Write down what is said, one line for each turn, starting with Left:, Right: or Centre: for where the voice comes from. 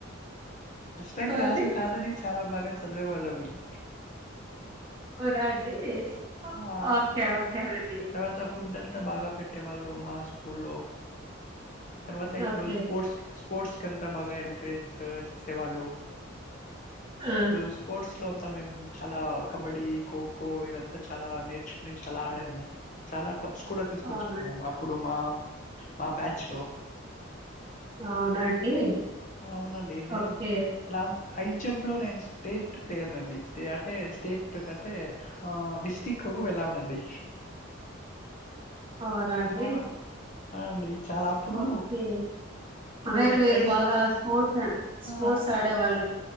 Left: అష్టాక్
Right: మళ్ళీ
Left: రాజు కాదని చాలా బాగా చదువే వాళ్ళం అండి
Right: కురా అండి వేస్ట్
Left: ఆ
Right: ఓకే ఓకే దది
Left: తర్వాత ఫుడ్ అంతా బాగా పెట్టేవాళ్ళు మా స్కూల్లో తర్వాత ఇప్పుడు
Right: ఓకే
Left: స్పోర్ట్స్ స్పోర్ట్స్ కంతా బాగా ఎంకరేజ్ చేసేవాళ్ళు
Right: ఆ,
Left: ఇప్పుడు స్పోర్ట్స్ ఇట్ లో అంతా మేము చాలా కబడ్డీ ఖోఖో ఇవంత చాలా నేర్చు నే చాలా ఆడాము చాలక ప్ స్ కూడా తీసుకొచ్చా
Right: అవునా
Left: అప్పుడు మా మా బ్యాచ్ లో
Right: అవునండి
Left: అవునండి నేను
Right: ఓకే
Left: లాంగ్ హై జంప్ లో నేను స్టేట్ ప్లేయర్ండిే అంటే స్టేట్ కంటే ఆ డిస్టిక్ వరకు వెళ్ళామనండి.
Right: అనాడే
Left: ఆ! ఆ! అండి చాలా అప్పుడు
Right: ఒకే
Left: అప్పుడు
Right: అేరు వేరు
Left: ప్రైజ్
Right: బాగా స్పోర్ట్స్
Left: ఆ!
Right: ఆడే వాళ్ళు